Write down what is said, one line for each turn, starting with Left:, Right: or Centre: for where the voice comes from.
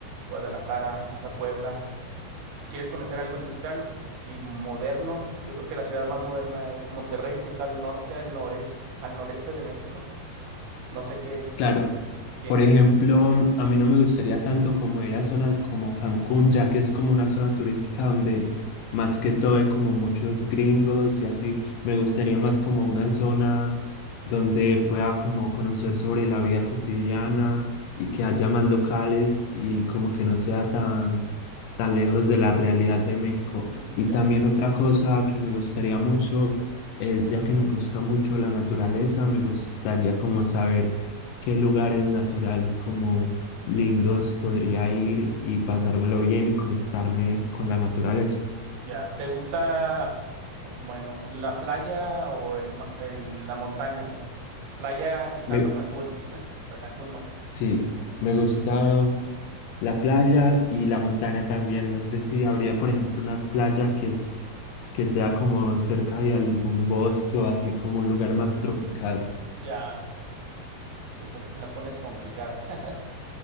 Right: Guadalajara, quizá Puebla. Si quieres conocer algo industrial y moderno, yo creo que la ciudad más moderna es Monterrey, que está al norte, al noreste, al noreste de México. No sé qué
Left: Claro,
Right: piensas.
Left: Por ejemplo, a mí no me gustaría tanto como ir a zonas como Cancún, ya que es como una zona turística donde más que todo hay como muchos gringos y así. Me gustaría más como una zona donde pueda como conocer sobre la vida cotidiana y que haya más locales y como que no sea tan, tan lejos de la realidad de México. Y
Right: Ya.
Left: también otra cosa que me gustaría mucho es, ya que me gusta mucho la naturaleza, me gustaría como saber qué lugares naturales como lindos podría ir y pasármelo bien y conectarme con la naturaleza.
Right: Ya, ¿te gusta la, bueno, la playa o el, ma- el- la montaña? Playa quitando
Left: Me,
Right: Cancún. <laughs> O sea, Cancún no.
Left: sí, me gusta la playa y la montaña también. No sé si habría, por ejemplo, una playa que es, que sea como cerca de algún bosque o así como un lugar más tropical.
Right: Ya, híjole, si la pones complicada. <laughs>